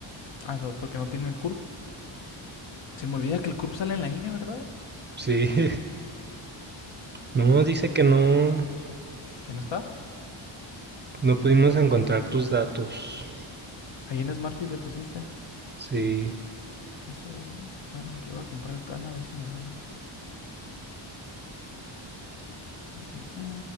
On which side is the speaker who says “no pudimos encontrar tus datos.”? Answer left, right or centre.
Right